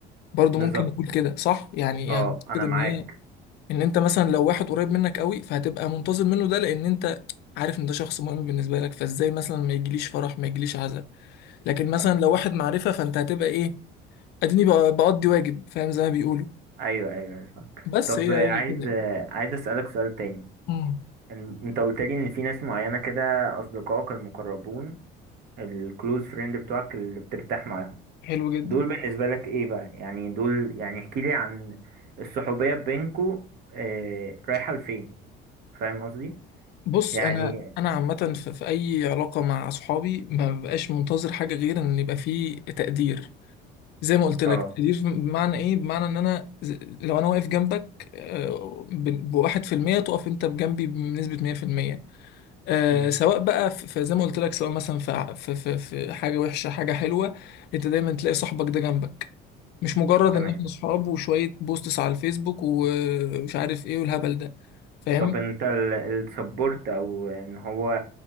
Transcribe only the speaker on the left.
برضو
ممكن نقول كده صح يعني
يعني
كده
ان هي ان انت مثلا لو واحد قريب منك قوي فهتبقى منتظر منه ده لان انت عارف ان ده شخص مهم بالنسبه لك فازاي مثلا ما يجيليش فرح ما يجيليش عزاء لكن مثلا
لو واحد معرفه فانت هتبقى ايه اديني بق- بقضي واجب فاهم زي ما بيقولوا
بس
هي
هي
كده يعني
مم.
حلو جدا
بص
انا انا عامه في, في اي علاقه مع اصحابي ما ببقاش منتظر حاجه غير ان يبقى فيه تقدير زي ما قلت لك
تقدير بمعنى ايه بمعنى ان انا ز- لو انا واقف جنبك آه، ب- بواحد في المية تقف انت بجنبي بنسبه مية في المية آه،
سواء بقى في في- زي ما قلت لك سواء مثلا في ع- في في في حاجه وحشه حاجه حلوه انت دايما تلاقي صاحبك ده جنبك مش مجرد
ان احنا صحاب وشوية بوستس على الفيسبوك ومش عارف ايه والهبل ده فاهم